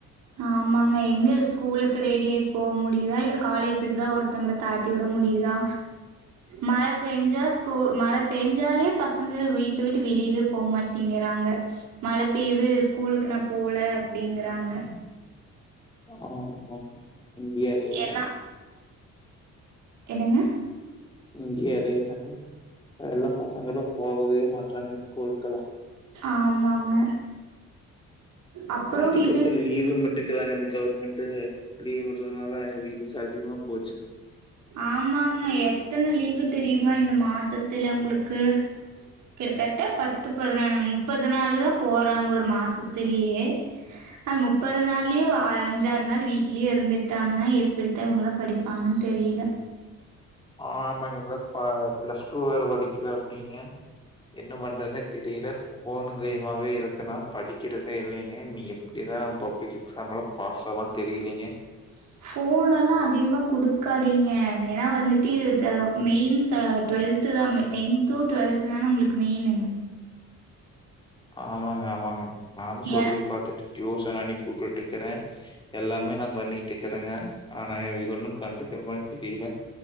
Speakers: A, on the right; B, on the left.
A: ஆமாங்க எங்க ஸ்கூலுக்கு ரெடியாயி போக முடியுதா இல்ல காலேஜுக்கு தான் ஒருத்தங்களை தாட்டி விட முடியுதா மழ பெஞ்சா ஸ்கூல் மழ பெஞ்சாலே பசங்க வீட்டு வீட்டு வெளியயே போகமாட்டேங்கிறாங்க மழ பெய்து ஸ்கூலுக்கு நான் போல அப்படிங்கறாங்க
B: ஆஹ இந்தியாவே
A: எல்லாம்
B: தான்
A: என்னங்க
B: இங்கே அதே தான் எல்லா பசங்களும் போகவே மாட்ட ஸ்கூல்கெல்லாம்
A: ஆமாங்க. அப்புறம்
B: அப்பலாம் அடிக்கக்க
A: இது
B: லீவ மட்டுக்கறாங்க கவர்மெண்ட்டு லீவ் விடுறதுனால விச அதிகமா போச்சு.
A: ஆமாங்க எத்தன லீவ் இது தெரியுமா இந்த மாசத்துல உங்களுக்கு கிட்டத்தட்ட பத்து பதினால முப்பது நாள் தான் போறாங்க ஒரு மாசத்துலயே அது முப்பது நாளேம அஞ்சாறு நாள் வீட்லயே இருந்துட்டாங்கன்னா எப்படித்தான் இவங்கள படி அது தெரியல
B: ஆமாங்க பிளஸ் டூ வேற படிக்கிறாப்டிங்க என்ன பண்றதுன்னு தெரியல போனுங்கையமாவே இருக்கு செரிப்பா படிக்கிறதே இல்லைங்க எப்டிதா பப்ளிக் எக்ஸாம்ல்லா பாஸ் ஆவான் தெரியலீங்க
A: ஸ் ஃபோன்னல்லா அதிகமா குடுக்காதீங்க ஏனா வந்துட் டி து தா மெயின் ச டுவெல்த்து தா மெ டென்த்தும் டுவெல்த்து தானே உங்களுக்கு மெயின்னு
B: ஆமாங்க ஆமாங்க நானும் சொல்லி
A: ஏ
B: பாத்துட்டே ஜூஸ் ஆன நா அனுப்பிவுட்டுட்டு இருக்கறே எல்லாமே நா பண்ணிட்டு இருக்றேங்க ஆனா இவ ஒண்ணோ கண்டுக்கற மாரி தெரியல.